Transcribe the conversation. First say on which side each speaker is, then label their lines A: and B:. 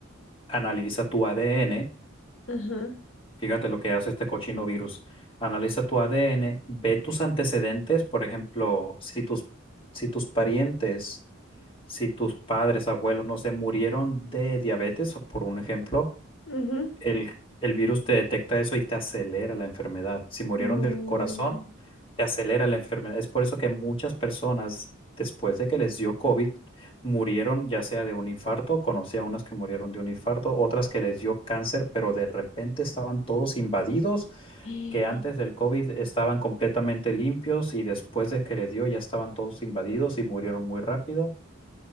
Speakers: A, on the left; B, on the left.
A: analiza tu ADN
B: ajá,
A: Fíjate lo que hace este cochino virus. Analiza tu ADN, ve tus antecedentes, por ejemplo, si tus, si tus parientes, si tus padres, abuelos, no se murieron de diabetes, por un ejemplo,
B: ujú.
A: el, el virus te detecta eso y te acelera la enfermedad. Si murieron
B: No.
A: del corazón, te acelera la enfermedad. Es por eso que muchas personas, después de que les dio COVID, murieron ya sea de un infarto, conocí a unas que murieron de un infarto, otras que les dio cáncer, pero de repente estaban todos invadidos,
B: <gasps>
A: que antes del COVID estaban completamente limpios y después de que les dio ya estaban todos invadidos y murieron muy rápido.